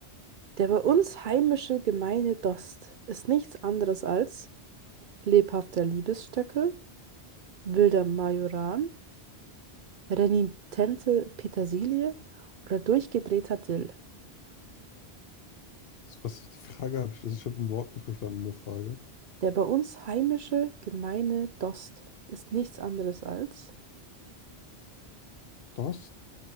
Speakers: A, on the right; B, on the left.
A: Der bei uns heimische gemeine Dost ist nichts anderes als lebhafter Liebesstöckel, wilder Majoran, renitente Petersilie oder durchgedrehter Dill.
B: Das, was ist die Frage habe ich, das, ich habe ein Wort nicht verstanden in der Frage.
A: Der bei uns heimische gemeine Dost ist nichts anderes als
B: Das,